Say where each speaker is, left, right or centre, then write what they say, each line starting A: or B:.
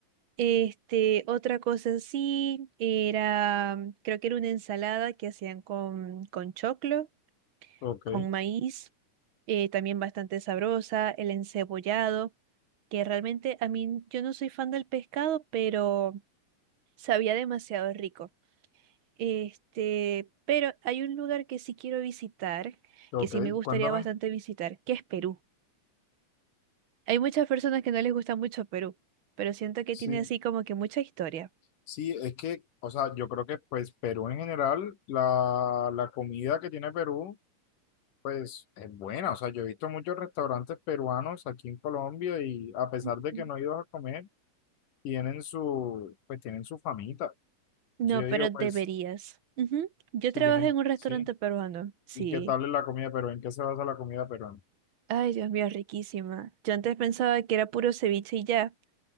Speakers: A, on the right (about 45°); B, on the left (about 75°).
A: Este, otra cosa sí, era, creo que era una ensalada que hacían con, con choclo,
B: ok,
A: con maíz, eh, también bastante sabrosa, el encebollado, que realmente a mí yo no soy fan del pescado, pero sabía demasiado rico. Este, pero hay un lugar que sí quiero visitar,
B: ok.
A: que sí me gustaría
B: Cuéntame.
A: bastante visitar, que es Perú. Hay muchas personas que no les gusta mucho Perú, pero siento que
B: Sí,
A: tiene así como que mucha historia.
B: sí, es que, o sea, yo creo que pues Perú en general, la, la comida que tiene Perú. Pues es buena, o sea, yo he visto muchos restaurantes peruanos aquí en Colombia y a pesar
A: Ujú.
B: de que no he ido a comer, tienen su, pues tienen su famita.
A: No,
B: Entonces yo
A: pero
B: digo, pues,
A: deberías. Ujú. Yo
B: si
A: trabajé
B: tienen,
A: en un restaurante
B: sí,
A: peruano. Sí.
B: ¿y qué tal es la comida peruana? ¿En qué se basa la comida peruana?
A: Ay, Dios mío, riquísima. Yo antes pensaba que era puro ceviche y ya,